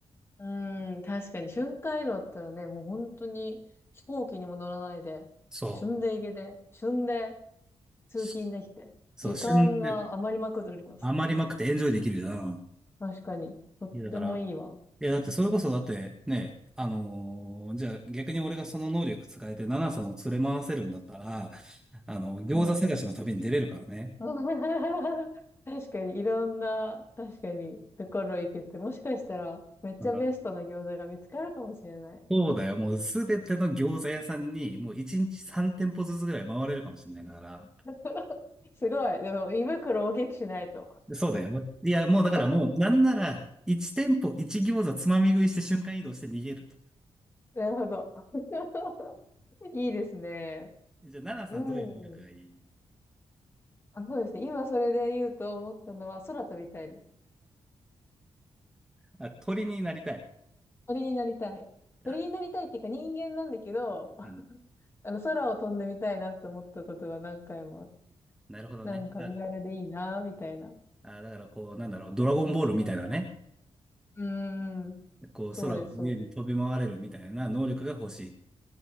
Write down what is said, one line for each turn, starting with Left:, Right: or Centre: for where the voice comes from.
Left: うん、確かに瞬間移動だったらね、もう本当に飛行機にも乗らないで、
Centre: そ
Left: 旬で行けて、旬で通勤できて、
Centre: う。しそう、
Left: 時間が余りまくっておりますね、
Centre: 旬で余りまくってエンジョイできるじゃん。
Left: 多分。確かに。とってもいいわ。
Centre: いや、だから、いや、だってそれこそだってね、あのーじゃあ逆に俺がその能力使えて奈々さんを連れ回せるんだったら、あの、餃子探しの旅に出れるからね。
Left: うん。<laughs> 確かに、いろんな、確かに、ところ行けて、もしかしたら、めっちゃベストな餃子が見つかるかもしれない。
Centre: あのそうだよ。もうすべての餃子屋さんに、もう1日3店舗ずつぐらい回れるかもしれないんだから。
Left: <laughs> すごい。でも、胃袋を大きくしないと。
Centre: そうだよ。いや、もうだからもう、
Left: <laughs>
Centre: なんなら、1店舗1餃子つまみ食いして瞬間移動して逃げると。
Left: なるほど。<laughs> いいですね。
Centre: じゃあ、奈々さんどういう能力がいい
Left: うん。あ、そうですね。今それで言うと思ったのは、空飛びたいです。
Centre: あ、鳥になりたい。
Left: 鳥になりたい。
Centre: あ、
Left: 鳥になりたいっていうか人間なんだけど、
Centre: うん。
Left: <laughs> あの、空を飛んでみたいなって思ったことが何回もあって、
Centre: なるほどね。
Left: なんか身軽でいいな、
Centre: だから、
Left: みたいな。
Centre: あ、だからこう、なんだろう、
Left: 楽しそうじゃない。
Centre: ドラゴンボールみたいなね。
Left: うーん。
Centre: こう、
Left: そうです、
Centre: 空を自由に飛び回れるみたいな能力が欲しい。
Left: そうです。